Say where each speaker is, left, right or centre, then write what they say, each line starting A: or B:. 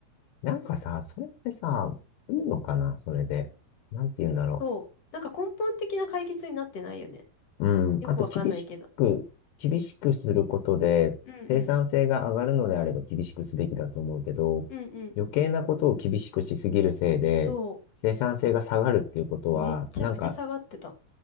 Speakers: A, on the left; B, on the left.
A: なんかさ、それってさ、いいのかなそれで。なんて言うんだろ
B: そう。なんか根本的な解決になってないよね。
A: う。うん。
B: よくわかんないけど。
A: あと、厳しく、厳しくすることで、
B: うんうん。
A: 生産性が上がるのであれば厳しくすべきだと思うけど、
B: うんうん。
A: 余計なことを厳しくしすぎるせいで、
B: そ
A: 生産性が下がるっていうことは、
B: う。めっちゃくちゃ下がってた。
A: なんか、